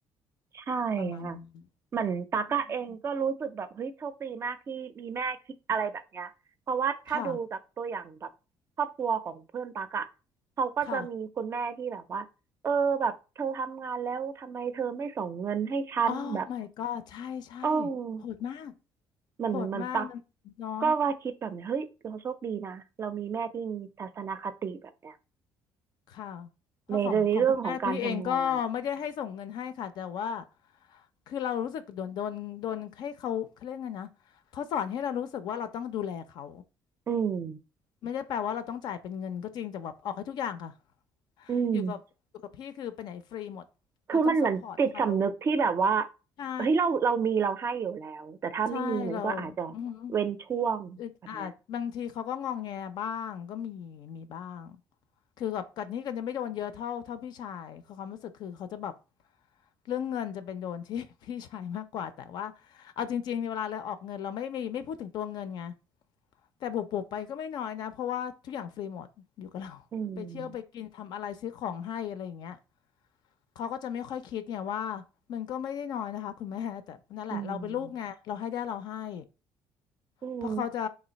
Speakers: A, on the right; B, on the left.
A: ใช่
B: ประมาณนี้
A: ค่ะเหมือนตากอะเองก็รู้สึกแบบเฮ้ยโชคดีมากที่มีแม่คิดอะไรแบบเนี้ยเพราะว่าถ้าดูจากตัวอย่างแบบครอบครัวของเพื่อนตากอะเขาก็จะมีคุณแม่ที่แบบว่าเออแบบเธอทำงานแล้วทำไมเธอไม่ส่งเงินให้ฉันแบบ
B: อืมค่ะค่ะอ๋อ my god ใช่ใช่
A: เออ
B: โหดมาก
A: เหมือนเหมือนตัก
B: โหดมากมันเนาะ
A: ก็ว่าคิดแบบเนี้ยเฮ้ยเราโชคดีนะเรามีแม่ที่มีทัศนคติแบบเนี้ย
B: ค่ะเพราะของของคุณแม่พี่เองก็ไม่ได้ให้ส่งเงินให้ค่ะแต่ว่า
A: ในเรื่องของการทำงาน
B: คือเรารู้สึกโดนโดนโดนให้เขาเขาเรียกไงนะเขาสอนให้เรารู้สึกว่าเราต้องดูแลเขา
A: อืม
B: ไม่ได้แปลว่าเราต้องจ่ายเป็นเงินก็จริงแต่แบบออกให้ทุกอย่างค่ะ
A: อืม
B: อยู่กับอยู่กับพี่คือไปไหนฟรีหมดเราต้องซัพพอร์ตเขา
A: คือมันเหมือนจิตสำนึกที่แบบว่า
B: ใช่
A: เฮ้ยเราเรามีเราให้อยู่แล้วแต่ถ้าไม่มีมันก็อาจจะ
B: ใช่เราอือหือ
A: เว้นช่วงแบบเนี้ย
B: อึดอัดบางทีเขาก็งองแงบ้างก็มีมีบ้าง คือแบบกันนี่กันจะไม่โดนเยอะเท่าเท่าพี่ชายเขาความรู้สึกคือเขาจะแบบเรื่องเงินจะเป็นโดนที่ <laughs> พี่ชายมากกว่าแต่ว่าเอาจริงๆเวลาเราออกเงินเราไม่มีไม่พูดถึงตัวเงินไงแต่บวกๆไปก็ไม่น้อยนะเพราะว่าทุกอย่างฟรีหมดอยู่กับเรา
A: อืม
B: <laughs> ไปเที่ยวไปกินทำอะไรซื้อของให้อะไรอย่างเงี้ยเขาก็จะไม่ค่อยคิดเนี่ยว่ามันก็ไม่ได้น้อยนะคะคุณแม่แต่นั่นแหละเราเป็นลูกไงเราให้ได้เราให้
A: อืมอืม
B: เพราะเขาจะ